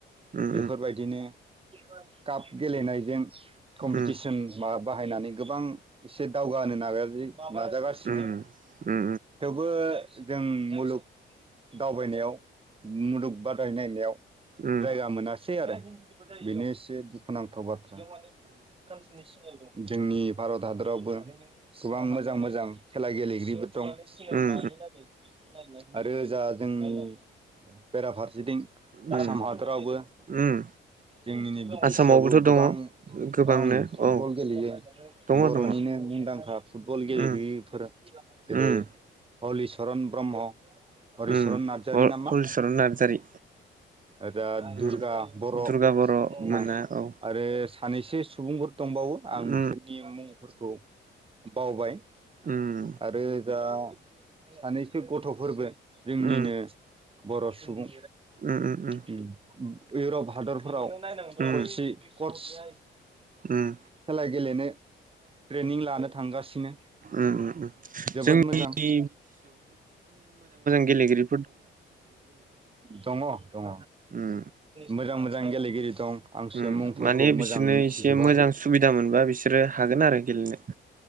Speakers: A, on the right (about 40°); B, on the right (about 25°).
A: उम
B: बेफोरबायदिनो काप गेलेनायजों कम्पिटिसन
A: उम
B: मा बाहायनानै गोबां एसे दावगा होनो नागाजि नाजागासिनो
A: उम उम उम
B: थेवबो जों मुलुग दावबायनायाव मुलुग बादायलायनायाव
A: उम
B: जायगा मोनासै आरो बेनो एसे दुखुनां थाव बाथ्रा। बेयाव माने बहुत कान्ट्रिनि सिनाव दं। जोंनि भारत हादोरावबो गोबां मोजां मोजां खेला गेलेगिरिबो दं <unintelligible>
A: उम
B: आरो जा जोंनि बेराफारसेथिं
A: उम
B: आसाम हादरावबो
A: उम
B: जोंनिनो बिटि
A: आसामावबोथ'
B: सि आवबो गोबां
A: दङ गोबांनो
B: ओं फुटबल
A: औ
B: गेलेयो।
A: दङ
B: बर'निनो
A: दङ
B: मुंदांखा फुटबल गेलेगिरिफोर
A: उम
B: जेरै
A: उम
B: हलिचरन ब्रह्म हरिचरन
A: उम
B: नार्जारी नामा
A: हलिचरन नार्जारि
B: ओदा
A: उम
B: दुर्गा बर' होननाय
A: दुर्गा बर' मोना औ
B: आरो सानैसो सुबुंबो दंबावो
A: उम
B: आं बिसोर नि मुंफोरखौ बावबाय।
A: उम
B: आरो जा सानैसो गथ'फोरबो जोंनिनो
A: उम
B: बर' सुबुं
A: उम उम
B: <inaudible> इउरप हादरफोराव <unintelligible> जायो
A: उम उम
B: खेलाय गेलेनो ट्रेनिं लानो थांगासिनो
A: उम उम
B: जोबोद
A: जोंनि
B: मोजां।
A: गेलेगिरि
B: दंङ दंङ
A: उम
B: मोजां मोजां गेले गिरि दं। आंसो
A: उम
B: मुंफोरखौ
A: माने बिसोरनो
B: मोजां मिथिजोबाखै
A: एसे मोजां सुबिदा मोनबा बिसोरो हागोन आरो गेलेनो